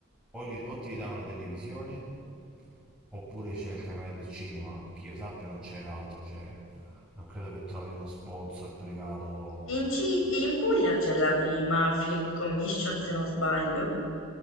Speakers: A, in the centre; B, on the left (about 85°).
A: o, li- o te li dà una televisione oppure c'è il canale del cinema, che io sappia non c'è altro, cioè, non credo che trovi uno sponsor privato
B: In, Ci- in Puglia c'è la prima Film Commission, se non sbaglio.